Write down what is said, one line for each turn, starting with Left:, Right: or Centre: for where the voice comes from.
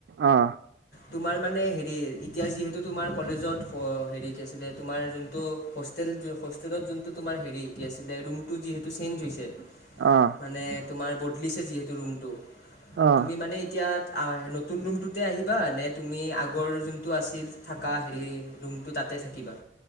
Right: আহ
Left: তোমাৰ মানে হেৰি এতিয়া যিহেতু তোমাৰ কলেজত হ হেৰি কি আছিলে তোমাৰ যোনটো হোষ্টেল-হ হোষ্টেলত যোনটো তোমাৰ হেৰি, কি আছিলে? ৰুমটো যিহেতু চেঞ্জ হৈছে।
Right: অ
Left: মানে তোমাৰ বদলিছে যিহেতু ৰুমটো,
Right: অ
Left: তুমি মানে এতিয়া আ নতুন ৰুমটোতে আহিবা নে, তুমি আগৰ যোনটো আছিল থাকা হেৰি ৰুমটো তাত তাতে থাকিবা।